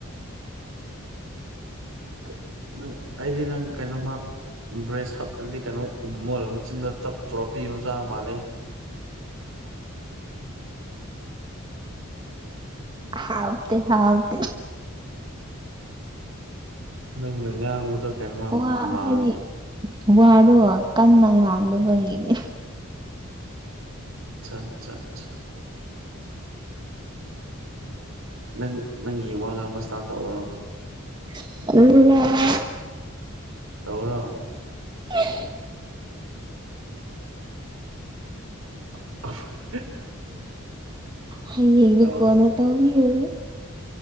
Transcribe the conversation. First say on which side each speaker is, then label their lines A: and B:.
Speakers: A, on the right; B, on the right.
A: ꯀꯩ ꯅꯪ ꯑꯩꯗꯤ ꯅꯪ ꯀꯩꯅꯣꯃ ꯕ꯭ꯔꯦꯁ ꯍꯥꯞꯇ꯭ꯔꯗꯤ ꯀꯩꯅꯣ ꯎꯝꯃꯣꯏꯔꯣ ꯃꯆꯤꯟꯗ ꯆꯞ ꯆꯣꯔꯞꯄꯤ ꯌꯣꯆꯥꯥ ꯃꯥꯜꯂꯦ
B: ꯍꯥꯥꯞꯇꯦ ꯍꯥꯞ
A: ꯅꯪ ꯉꯥꯡꯕꯗꯣ ꯀꯩꯅꯣꯃ
B: ꯋꯥ
A: ꯃꯥꯟ
B: ꯍꯥꯏꯗꯤ ꯋꯥꯗꯣ ꯀꯟꯅ ꯉꯥꯡꯗꯕꯕꯩꯅꯤ
A: ꯑꯆꯥ ꯑꯆꯥ ꯑꯆꯥ ꯅꯪ ꯅꯪꯒꯤ ꯋꯥ ꯉꯥꯡꯕ ꯁꯇꯥꯏꯜ ꯇꯧꯔꯔꯣ
B: <unintelligible>
A: ꯇꯧꯔ‌ꯣ
B: <unintelligible>
A: <unintelligible>
B: ꯍꯌꯦꯡꯅ
A: ꯇꯧꯔꯣ
B: ꯀ‌ꯣꯜꯅ ꯇꯧꯕꯤ ꯂ‌ꯣꯏꯔ‌ꯦ